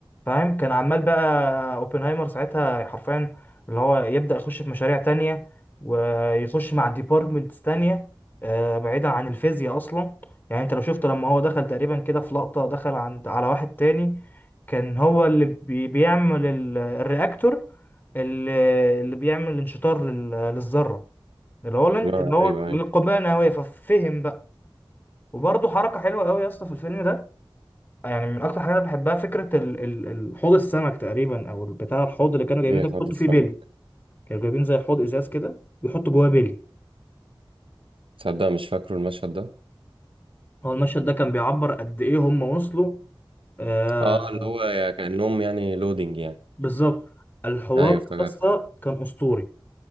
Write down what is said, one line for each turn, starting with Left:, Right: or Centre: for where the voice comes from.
Left: فاهم كان عمال بقى اوبنهايمر ساعتها حرفيا اللي هو يبدأ يخش في مشاريع تانية ويخش مع ديبارتمنتس تانية آه، بعيدا عن الفيزياء اصلا يعني انت لو شفت لما هو دخل تقريبا كده في لقطة دخل عند على واحد تاني كان هو اللي بي- بيعمل ال- الرياكتور اللي اللي بيعمل انشطار لل- للذرة اللي هو اللي
Right: ما
Left: هو
Right: ايوه ايوه
Left: للقنبلة النووية ففهم بقى وبرضه حركة حلوة قوي يا اسطى في الفيلم ده يعني من اكتر حاجات انا بحبها فكره ال... ال... ال- حوض السمك تقريبا او بتاع الحوض اللي كانوا جايبين
Right: ايه
Left: ده بيحطوا
Right: حوض السما
Left: فيه بيلي كانوا جايبين زي حوض ازاز كده بيحطوا جواه بيلي
Right: تصدق مش فاكره المشهد ده
Left: هو المشهد ده كان بيعبر قد ايه هم وصلوا آه
Right: اه اللي هو يا كانهم يعني لودينج يعني
Left: بالظبط الحوار
Right: ايوه افتكرت
Left: اصلا
Right: آه.
Left: كان اسطوري